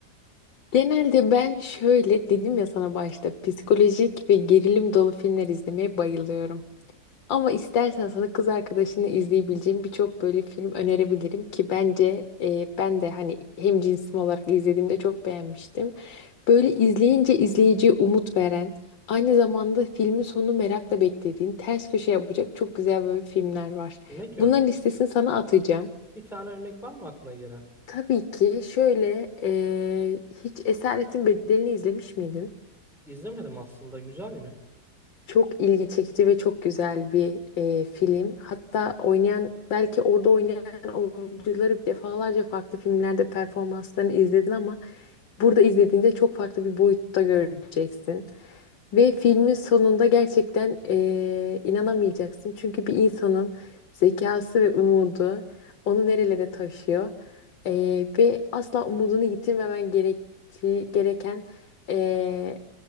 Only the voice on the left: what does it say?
Genelde ben şöyle dedim ya sana başta psikolojik ve gerilim dolu filmler izlemeye bayılıyorum. Ama istersen sana kız arkadaşını izleyebileceğim birçok böyle film önerebilirim ki bence e, ben de hani hem cinsim olarak izlediğimde çok beğenmiştim. Böyle izleyince izleyiciye umut veren, aynı zamanda filmin sonunu merakla beklediğin, ters köşe yapacak çok güzel böyle filmler var.
Bunların
listesini sana atacağım.
Tabii ki şöyle eee, hiç Esaretin Bedeli'ni izlemiş miydin?
Çok ilgi çekici ve çok güzel bir eee, film. Hatta oynayan belki orada oynayan oyuncuları defalarca farklı filmlerde performanslarını izledin ama burada izlediğinde çok farklı bir boyutta göreceksin. Ve filmin sonunda gerçekten eee, inanamayacaksın. Çünkü bir insanın zekası ve umudu onu nerelere taşıyor. Eee, ve asla umudunu yitirmemen gerektiği, gereken eee,